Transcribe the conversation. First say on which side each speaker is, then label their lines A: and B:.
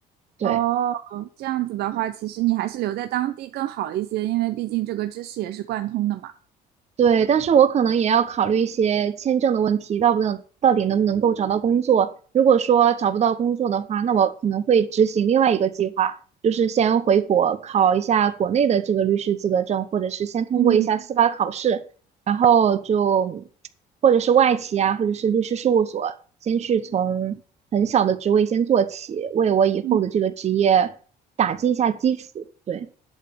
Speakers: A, on the right; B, on the right.
A: 对。
B: 哦，这样子的话，其实你还是留在当地更好一些，因为毕竟这个知识也是贯通的嘛。
A: 对，但是我可能也要考虑一些签证的问题，到不能到底能不能够找到工作。如果说找不到工作的话，那我可能会执行另外一个计划，就是先回国考一下国内的这个律师资格证，或者是先通过一下司法考试，
B: 嗯
A: 然后就或者是外企啊，或者是律师事务所，先去从很小的职位先做起，为我以后的这个职业打击一下基础。
B: 嗯，
A: 对，